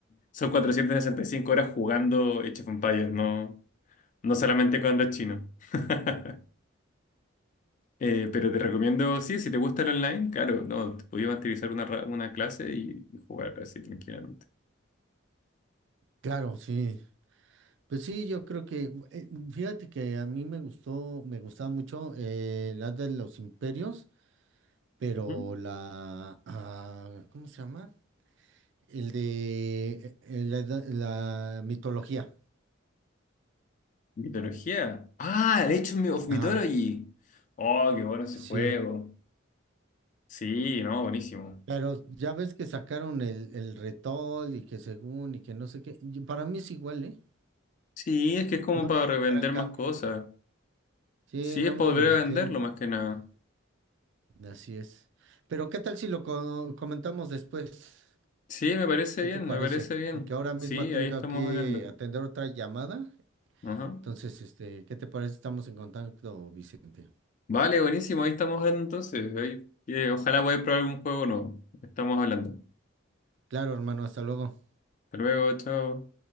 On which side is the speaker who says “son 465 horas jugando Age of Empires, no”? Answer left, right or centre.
Left